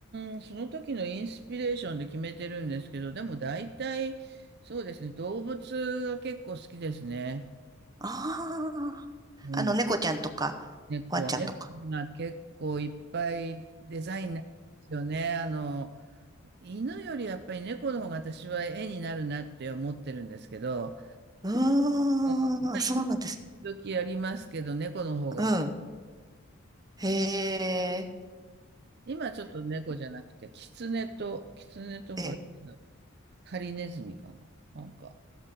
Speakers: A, on the right; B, on the right.
A: ーんその時のインスピレーションで決めてるんですけどでも大体そうですね動物が結構好きですね。
B: ああー、
A: うん
B: あの、猫ちゃんとか、
A: 猫、
B: ワンちゃんとか。
A: 猫が結構いっぱいデザインなんですよね。あの、犬よりやっぱり猫の方が私は絵になるなって思ってるんですけど、
B: う
A: うんまあ、
B: ーん、
A: 犬時々やりますけど、
B: そうなんです。
A: 猫の方が多い。
B: うん。へえ、
A: 今ちょっと猫じゃなくて、キツネと、キツネとこれ、
B: ええ、
A: なんだろうハリネズミかななんか、